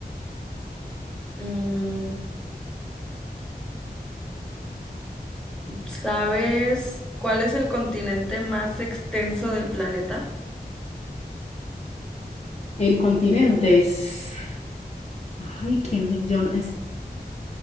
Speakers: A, in the centre; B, on the left.
A: Mm, ¿sabes cuál es el continente más extenso del planeta?
B: El continente es. Ay, ¿quién? Yo no- es.